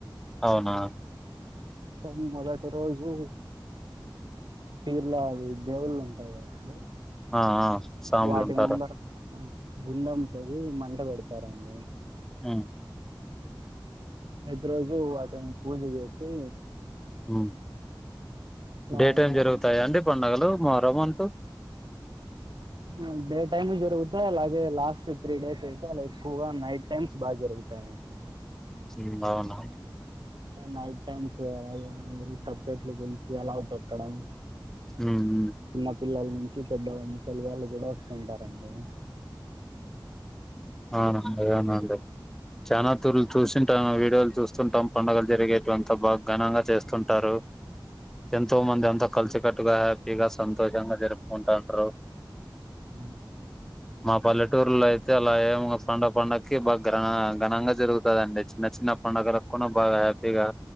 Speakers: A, in the centre; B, on the right.
A: అవునా
B: ఇక మొదటి రోజు పీర్ల అది దేవుళ్ళు ఉంటాయి కదండీ
A: ఆ ఆ సాములు
B: వాటి
A: ఉంటారు
B: ముందరన గుండం తవ్వి మంట పెడతారండి.
A: ఆ.
B: ప్రతి రోజు వాటిని పూజ చేసి
A: ఊ
B: ఇట్లా
A: డే
B: అండి
A: టైమ్ జరుగుతాయా అండి పండగలు మార వంటూ
B: ఆ డై టైము జరుగుతా అలాగే లాస్ట్ త్రీ డేస్ అయితే అలా ఎక్కువ నైట్ టైమ్స్ బాగా జరుగుతాయండి
A: సీన్ బావున్నా
B: నైట్ టైమ్స్ అలాగే అందరూ తప్పేట్లు <unintelligible> పెట్టీ అల్లావ్ తొక్కడం
A: మ్మ్
B: చిన్న పిల్లల నుంచి పెద్దవాళ్ళు ముసలి వాళ్లు కూడా వస్తుంటారండే
A: అవునండి అవునండి చానా తూర్లు చూసింటాము ఆ వీడియోలు చూస్తుంటాం పండగలు జరిగేటివి అంతా బాగ్ ఘనంగా చేస్తుంటారు ఎంతో మంది అంత కలిసికట్టుగా హ్యాపీగా సంతోషంగా జరుపుకుంటాండ్రు
B: ఆ,
A: మా పల్లె టూరుల్లో అయితే అలా ఏం మ్మ్ పండగ పండక్కి బగ్రా ఘనంగ జరుగుతాదండి చిన్న చిన్న పండగలకు కూడా బాగా హ్యాపీగా